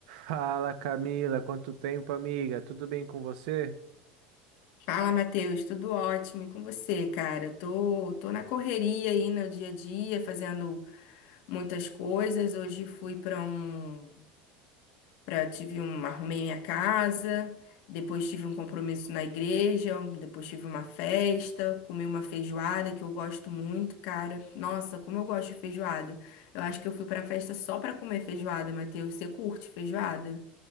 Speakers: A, on the right (about 80°); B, on the left (about 65°).
A: Fala, Camila, quanto tempo, amiga? Tudo bem com você?
B: Fala, Matheus, tudo ótimo e com você, cara? Tô, tô na correria aí no dia a dia, fazendo muitas coisas. Hoje fui para um, para tive um, arrumei minha casa, depois tive um compromisso na igreja, um, depois tive uma festa, comi uma feijoada que eu gosto muito, cara. Nossa, como eu gosto de feijoada. Eu acho que eu fui pra festa só pra comer feijoada, Matheus. Você curte feijoada?